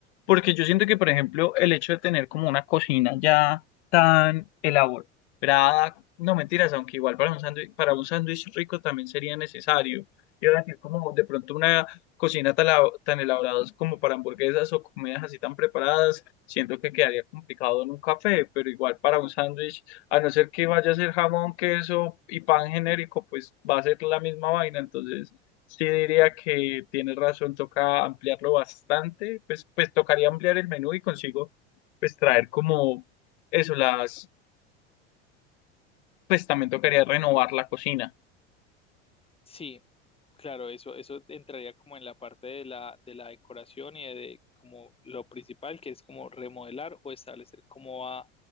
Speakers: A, on the left; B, on the left.
A: porque yo siento que, por ejemplo, el hecho de tener como una cocina ya tan elaborada, no mentiras, aunque igual para un sándwich, para un sándwich rico también sería necesario. Yo Iba a decir como de pronto una cocina tan, elab- tan elaborada como para hamburguesas o comidas así tan preparadas, siento que quedaría complicado en un café, pero igual para un sándwich a no ser que vaya a ser jamón, queso y pan genérico, pues va a ser la misma vaina. Entonces, sí diría que tienes razón, toca ampliarlo bastante. Pues, pues tocaría ampliar el menú y consigo, pues traer como eso, las, pues también tocaría renovar la cocina.
B: Sí, claro, eso, eso entraría como en la parte de la, de la decoración y de, como lo principal, que es como remodelar o establecer cómo va